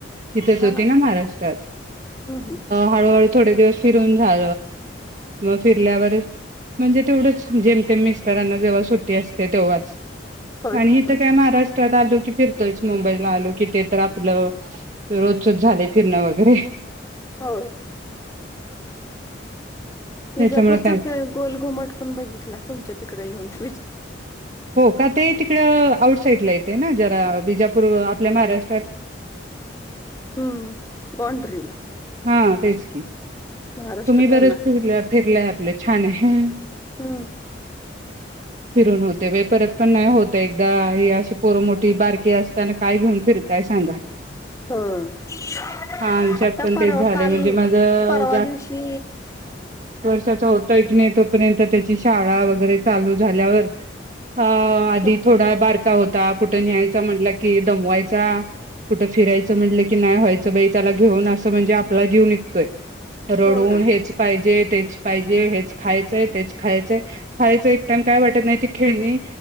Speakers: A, on the right; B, on the left.
A: तथंच
B: हा
A: होती
B: हम्म
A: ना महाराष्ट्रात
B: हम्म
A: हळूहळू थोडे दिवस फिरून झा मग फिरल्यावर म्हणजे तेवढंच जेमते मिस्टरांना जेव्हा सुट्टी असते तेव्हाच
B: होय
A: आणि
B: की
A: इिथं
B: होय
A: काय महाराष्ट्र आलो की फिरतोयच मुंबईला आलो की ते तर आपलं रोजोज झाले फिरण व अरे <unintelligible>
B: हो विजापूरच
A: त्याच्यामुळे काय
B: ते गोल घुमट पण बघितला, तुमच्या तिकडे येऊन विच
A: हो का ते तिकडं आउट साईडला येत. ते ना. जरा बिजापूर आपल्या महाराष्ट्र तत.
B: हू बॉणड्रीला.
A: हा तेच की.
B: महाराष्ट्र
A: तुम्ही
B: कर्नाटक
A: बरेच फिरल्या, फिरल्यात. आपलं छान आहे.
B: हूं!
A: फिरून होते वै, परत पण नाही होत एकदा हे अशी पोरमोठी बारकीे, असताना काय घेऊन फिरताय सांगा.
B: ह
A: हा आमच्यात
B: आता
A: पण
B: परवा
A: तेच झाले
B: काल
A: म्हणजे माझं
B: परवा दिवशी.
A: चर्चा होतोय की नाही, तोपर्यंत त्याची शाळा वगैरे चालू. झाल्यावर. अ आधी
B: हो
A: थोडा बारका होत ता कुठं न्यायचा म्हटलं कि दमवायचा, कुठं फिरायचं म्हटलं की नाही व्हायचं बई त्याला घेऊन, असं म्हणजे आपला जीव निघतोय. रडून
B: हो
A: हेच पाहिजेत तेच पाहिजे, हेच खायचंय, तेच खायचंय, खायचं काय वाटत नाही, ती खेळणी